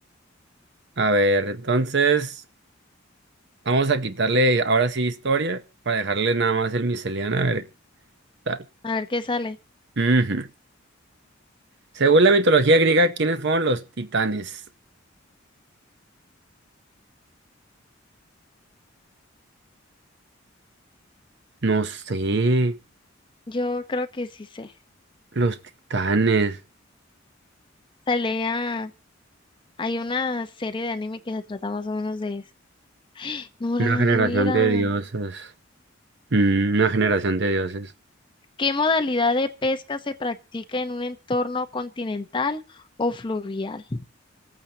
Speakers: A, on the right; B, on the left.
A: A ver, entonces vamos a quitarle ahora sí historia para dejarle nada más el miseliano. A ver qué tal.
B: A ver qué sale.
A: Ujú. Según la mitología griega, ¿quiénes fueron los titanes? No sé.
B: Yo creo que sí sé.
A: Los titanes.
B: Sale a... Hay una serie de anime que se trata más o menos de eso. No era,
A: Una generación
B: no era.
A: de dioses. Mm, una generación de dioses.
B: ¿Qué modalidad de pesca se practica en un entorno continental o fluvial?